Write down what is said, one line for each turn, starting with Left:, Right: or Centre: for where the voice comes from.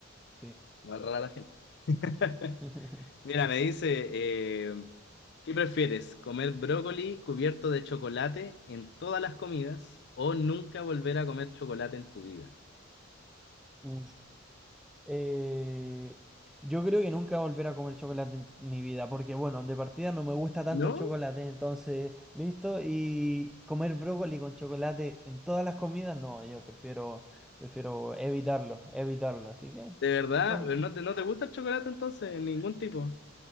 Centre: sí.
Left: igual rara la gente. <laughs>
Centre: <laughs>
Left: Mira, me dice, eh, ¿qué prefieres? ¿Comer brócoli cubierto de chocolate en todas las comidas o nunca volver a comer chocolate en tu vida?
Centre: <laughs> Eh, yo creo que nunca volver a comer chocolate en mi vida, porque bueno, de partida no me gusta tanto
Left: ¿No?
Centre: el chocolate, entonces, listo, y comer brócoli con chocolate en todas las comidas, no, yo prefiero, prefiero evitarlo, evitarlo, así que
Left: ¿De verdad?
Centre: no,
Left: ¿No te, no te gusta el chocolate entonces? ¿En ningún tipo?